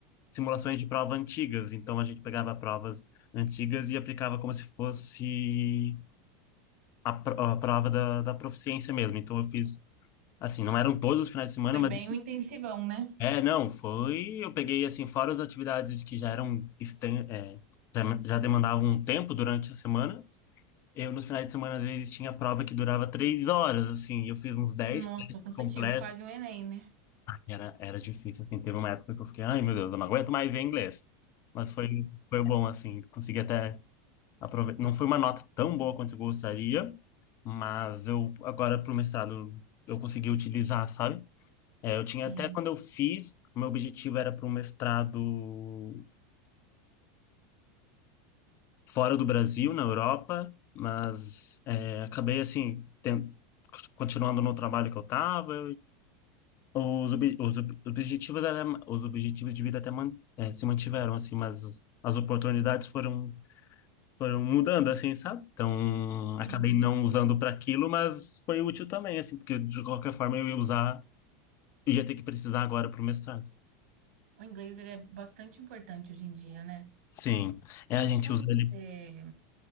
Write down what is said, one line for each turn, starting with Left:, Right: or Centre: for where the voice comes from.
Left: simulações de prova antigas. Então a gente pegava provas antigas e aplicava como se fosse a, pro- a prova da, da proficiência mesmo. Então eu fiz, assim, não eram todos os finais de semana,
Right: Foi
Left: mas
Right: bem um intensivão, né?
Left: é, não, foi. Eu peguei, assim, fora as atividades que já eram, exten- é, já já demandavam um tempo durante a semana. Eu, nos finais de semana, às vezes, tinha prova que durava três horas, assim. Eu fiz uns dez
Right: Nossa,
Left: testes
Right: cansativo,
Left: completos
Right: quase um Enem, né?
Left: Era, era difícil, assim. Teve uma época que eu fiquei, ai meu Deus, eu não aguento mais ver inglês. Mas foi, foi bom, assim. Consegui até aproveitar. Não foi uma nota tão boa quanto eu gostaria, mas eu, agora pro mestrado, eu consegui utilizar, sabe? É, eu tinha
Right: Sim,
Left: até quando eu fiz, o meu objetivo era para um mestrado fora do Brasil, na Europa, mas é, acabei, assim, ten- continuando no trabalho que eu estava Os, obje- os ob- objetivos era, os objetivos de vida até man- eh, se mantiveram, assim, mas as oportunidades foram, foram mudando, assim, sabe? Então,
Right: sim.
Left: acabei não usando para aquilo, mas foi útil também, assim, porque de qualquer forma eu ia usar, ia ter que precisar agora para o mestrado.
Right: O inglês, ele é bastante importante hoje em dia, né?
Left: Sim, é, a gente
Right: Quando
Left: usa
Right: você,
Left: ele.